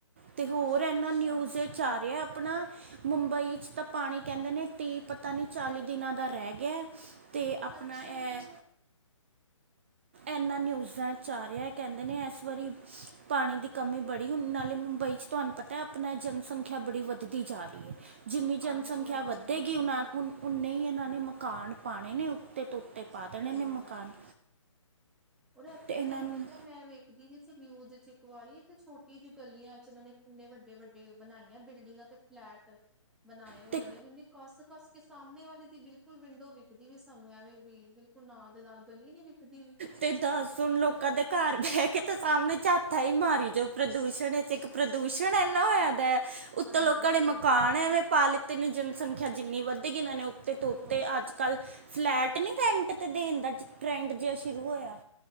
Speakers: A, on the right; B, in the centre.
A: ਤੇ ਹੋਰ
B: ਅੱਛਾ
A: ਇਹਨਾਂ
B: ਅੱਛਾ
A: ਨਿਊਜ਼ ਚ ਆ ਰਿਹਾ ਆਪਣਾ। ਮੁੰਬਈ ਚ ਤਾਂ ਪਾਣੀ ਕਹਿੰਦੇ ਨੇ ਤੀ੍ਹ ਪਤਾ ਨੀ ਚਾਲੀ ਦਿਨਾਂ ਦਾ ਰਹਿ ਗਿਆ ਏ। ਅਤੇ ਆਪਨਾ
B: ਅੱਛਾ
A: ਇਹ
B: ਜੀ
A: ਇਨਾਂ ਨਿਊਜ਼ਾਂ ਚ ਆ ਰਿਹਾ ਕਹਿੰਦੇ ਨੇ ਇਸ ਵਾਰੀ ਪਾਣੀ ਦੀ ਕਮੀ ਬੜੀ ਹੁਨ ਨਾਲੇ ਮੁੰਬਈ ਚ ਤੁਹਾਨੂੰ ਪਤਾ ਐ, ਆਪਨਾ ਜਨਸੰਖਿਆ ਬੜੀ ਵੱਧਦੀ ਜਾ ਰਹੀ ਏ। ਜਿੰਨੀ
B: ਹਾਂਜੀ
A: ਜਨਸੰਖਿਆ
B: ਇਹ
A: ਵੱਧੇਗੀ
B: ਤਾਂ ਹੈ
A: ਓਹਨਾਂ
B: ਬਿਲਕੁਲ
A: ਉਨ ਉਨੇ ਹੀ ਇਹਨਾਂ ਨੇ ਮਕਾਨ ਪਾਉਣੇ ਨੇ ਉੱਤੇ ਤੋ ਤੇ
B: ਸਹੀ
A: ਪਾ ਦੇਨੇ ਨੇ ਮਕਾਨ।
B: ਓਹਦੇ ਐਥੇ
A: ਅਤੇ ਇਹਨਾਂ
B: ਤੇ ਤੁਹਾਨੂੰ
A: ਨੂੰ
B: ਪਤਾ ਮੈਂ ਵੇਖਦੀ ਵੀ ਸੀ ਨਿਊਜ਼ ਚ। ਕੁਆਰੀ ਤੇ ਛੋਟੀ ਜਿਹੀ ਗਲੀਆਂ ਚ ਇਹਨਾਂ ਨੇ ਕਿੰਨੇ ਵੱਡੇ-ਵੱਡੇ ਬਣਾਈਆਂ ਬਿਲਡਿੰਗਾਂ ਤੇ ਫਲੈਟ। ਬਣਾਏ ਹੋਏ
A: ਅਤੇ
B: ਨੇ ਇਨੇ ਕੱਸ-ਕੱਸ ਕੇ ਸਾਹਮਣੇ ਵਾਲੇ ਦੀ ਬਿਲਕੁਲ ਵਿੰਡੋ ਵਿਖਦੀ ਵੀ ਸਾਨੂੰ ਐਵੇਂ ਵੀ ਬਿਲਕੁਲ ਨਾਲ ਦੇ ਨਾਲ ਗਲੀ ਨੀ ਵਿਖਦੀ ਵੀ
A: ਤੇ ਦੱਸ ਹੁਣ ਲੋਕਾਂ ਦੇ ਘਰ ਬਹਿਕੇ ਤੇ ਸਾਹਮਣੇ ਚਾ ਥ ਹੀ ਮਾਰੀ ਜਾਓ ਪ੍ਰਦੂਸ਼ਣ ਵਿਚ ਇਕ ਪ੍ਰਦੂਸ਼ਣ ਇਨਾ ਹੋਇਆ ਦਾ ਉਤੋਂ
B: ਹਾਂਜੀ
A: ਲੋਕਾਂ ਨੇ
B: ਸਹੀ
A: ਮਕਾਨ ਐਂਵੇਂ ਪਾ ਲਿੱਤੇ ਨੇ ਜਨਸੰਖਿਆ ਜਿਨੀ ਵੱਧੇਗੀ ਇਹਨਾਂ ਨੇ ਉਤੇ ਤ ਉਤੇ
B: ਹੋਰ ਕੀ
A: ਅਜ-ਕਲ ਫਲੈਟ ਨੀਂ ਰੈਂਟ ਤੇ ਦੇਣ ਦਾ ਟਰੈਂਡ ਜੇਹਾ ਸ਼ੁਰੂ ਹੋਇਆ।